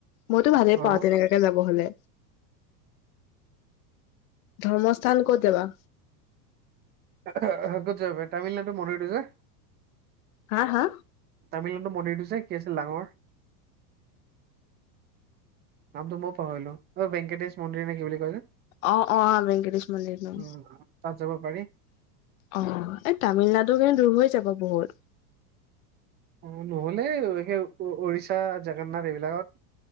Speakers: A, on the left; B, on the right.
A: মইতো ভালেই
B: অ
A: পাওঁ তেনেকাকে যাব হলে ধৰ্মস্থান কত যাবা
B: আহ আ ক'ত যাব পাৰি তামিলনাডু মন্দিৰটো যে
A: হা হা
B: তামিলনাডু মন্দিৰটো যে কি আছিল ডাঙৰ নামটো মই পাহৰিলো অ ভেংকেটিচ মন্দিৰ নে কি বুলি কয় যে
A: অ অ অ ভেংকেটিশ মন্দিৰটো
B: উ তাত যাব পাৰি
A: অ' এই তামিলনাডু কেনে দূৰ হৈ যাব বহুত।
B: অ' নহ'লে সেই উৰিষ্যা, জগন্নাথ এইবিলাকত।